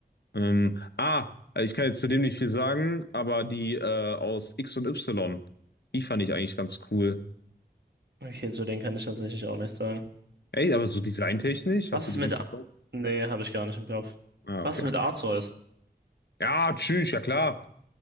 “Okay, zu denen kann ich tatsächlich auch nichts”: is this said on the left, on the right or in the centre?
Right